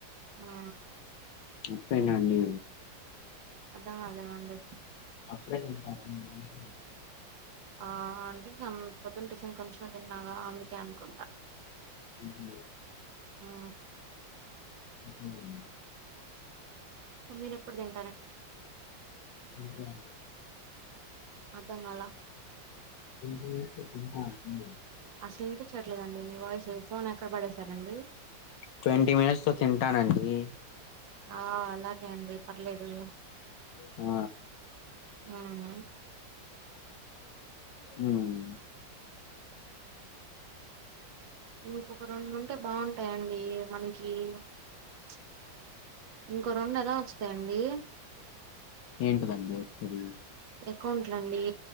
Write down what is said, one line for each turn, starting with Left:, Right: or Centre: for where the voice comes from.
Right: హా
Left: అప్పుడేనండి
Right: అర్థమవ్వలేదండి
Left: అప్పుడే తింటారండి అంటున్న
Right: ఆ అంటేఇంగా పొద్దున టిఫిన్ కొంచెం తిన్నాగా అందుకే అనుకుంటా
Left: ఉహూమ్
Right: ఉమ్
Left: ఉహూమ్
Right: వండినప్పుడుదే
Left: ఉహూమ్
Right: అర్థం కాలా
Left: <unintelligible>
Right: అసలు వినిపించట్లేదండి మీ వాయిస్ ఫోన్ ఎక్కడ పడేసారండి
Left: ట్వంటీ మినిట్స్ లో తింటానండి
Right: ఆ అలాగే అండి పర్లేదు
Left: ఆ
Right: మ్మ్
Left: మ్మ్
Right: ఇంకొక రెండు ఉంటే బావుంటాయండి మనకి చుప్ ఇంకో రెండు ఎలా వస్తాయండి
Left: ఏంటిదండి వచ్చేది
Right: అకౌంట్లండి